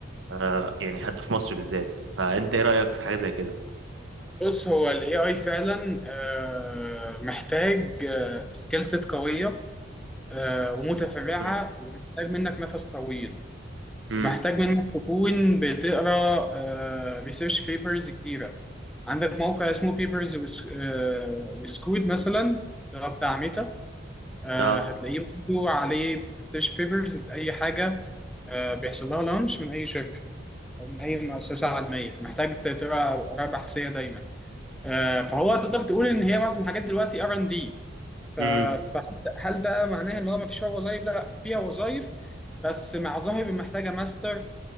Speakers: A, on the right (about 80°); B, in the centre.
A: آه، يعني حتى في مصر بالذات فانت ايه رأيك في حاجة زي كده
B: بص هو الاي اي فعلا آه، محتاج سكيل سيت قويه آه، ومتفرعه
A: امم
B: ومحتاج منك نفس طويل
A: امم
B: ومحتاج منك تكون بتقرا ريسيرش بيبرز كتيره عندك موقع اسمه بيبرز وسكود مثلا اللي هو بتاع ميتا آه،
A: اه
B: هتلاقيه برضه عليه ريسيرش بيبرز لاي حاجه آه، بيحصل لها لانش من اي شركه او من اي مؤسسه علميه فمحتاج تقرا اراء بحثيه دايما آه، فهو تقدر تقول ان هي معظم الحاجات دلوقتي ار ان دي فهل
A: امم
B: ده معناه ان هو ما فيش وظائف لا فيها وظائف بس مع ظاهر محتاجه ماستر